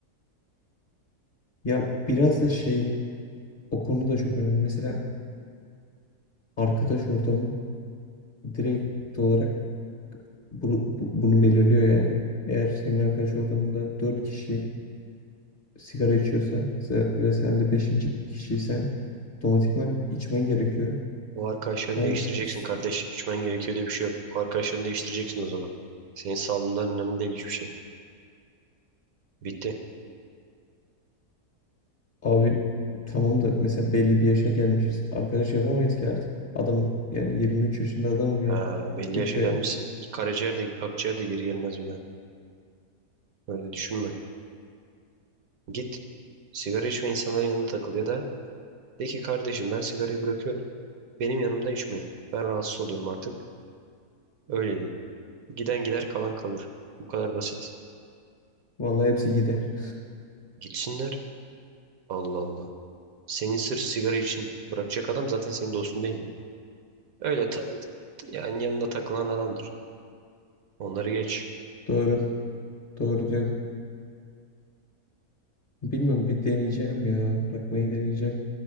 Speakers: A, on the left (about 45°); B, on the right (about 65°).
A: Ya biraz da şey o konu da çok önemli. Mesela arkadaş ortamın direkt olarak bunu- bu- bunu belirliyor yani. Eğer senin arkadaş ortamında 4 kişi sigara içiyorsa se- ve sen de beşinci kişiysen otomatikman içmen gerekiyor.
B: O arkadaşlarını
A: Hem
B: değiştireceksin
A: s-
B: kardeş. İçmen gerekiyor diye bir şey yok. O arkadaşlarını değiştireceksin o zaman. Senin sağlığından önemli değil hiçbir şey. Bitti.
A: abi tamam da mesela belli bir yaşa gelmişiz. Arkadaş yapamayız ki artık. Adam yani 23 yaşında adamım
B: Ha,
A: yani.
B: belli
A: Gidip
B: yaşa
A: de
B: gelmişsin. Karaciğer de akciğer de geri gelmez bir daha. Öyle düşünme. Git. Sigara içme insanların yanında takıl ya da de ki kardeşim ben sigarayı bırakıyorum. Benim yanımda içmeyin. Ben rahatsız oluyorum artık. Öyle değil. Giden gider kalan kalır. Bu kadar basit.
A: vallahi hepsi gider.
B: Gitsinler. Allah Allah. Senin sırf sigara için bırakacak adam zaten senin dostun değildi. Öyle tam yani yanında takılan adamdır. Onları geç.
A: Doğru. Doğru diyorum. Bilmiyorum bir deneyeceğim ya. Bırakmayı deneyeceğim.